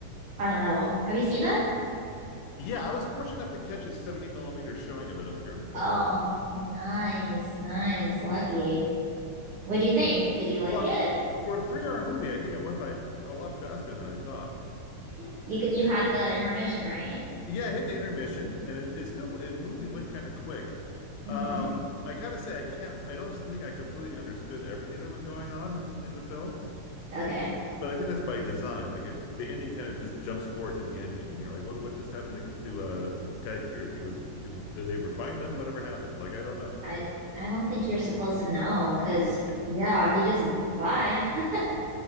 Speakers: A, on the right; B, on the left.
A: I don't know. Have you seen that?
B: yeah, I was fortunate enough to catch a 70 millimeter showing of it up here in Portland.
A: Oh, nice, nice, lucky. What'd you think? Did you like
B: Well,
A: it?
B: for a three hour movie, I think it went by f- a lot faster than I thought.
A: Yeah.
B: It,
A: You g- you
B: it-
A: had the intermission, right?
B: yeah, I hit the intermission and it, it still it movie went kind of quick. Um,
A: Mm-hmm.
B: I gotta say I can't I don't think I completely understood everything that was going on in in the film.
A: Okay.
B: But I think that's by design. Like it, the ending kind of just jumps forward to the ending, and you're like, "What? What just happened to to uh, Guy Pierce? He was. Do, did they ever find him? Whatever happened? Like I don't know.
A: I I don't think you're supposed to know because
B: <laughs> Yeah,
A: yeah, he just bye. <laughs>